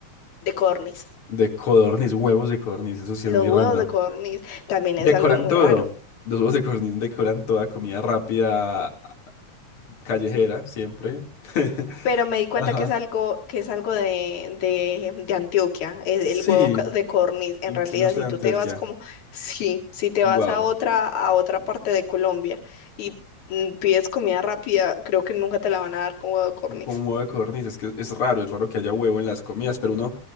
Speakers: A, on the left; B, on the left.
A: de corniz.
B: De codorniz, huevos de codorniz, eso sí
A: Los
B: es muy
A: huevos
B: random.
A: de corniz también
B: Decoran
A: es algo muy
B: todo.
A: raro.
B: Los huevos de codorniz decoran toda comida rápida, callejera, siempre. <laughs>
A: pero me di cuenta
B: Ajá.
A: que es algo, que es algo de, de, de Antioquia, es el
B: Sí,
A: huevo ca- de codorniz. En
B: incluso
A: realidad, si
B: de
A: tú
B: Antioquia.
A: te vas como, <laughs> sí, si te
B: Wow.
A: vas a otra, a otra parte de Colombia y mm, pides comida rápida, creo que nunca te la van a dar con huevo de codorniz.
B: Con, con huevo de codorniz, es que es raro, es raro que haya huevo en las comidas, pero uno,